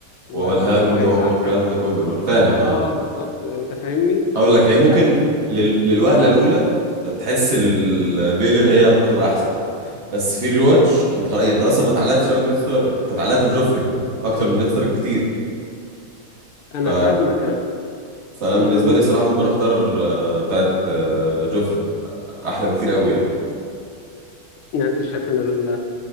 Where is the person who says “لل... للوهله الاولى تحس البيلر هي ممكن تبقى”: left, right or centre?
Right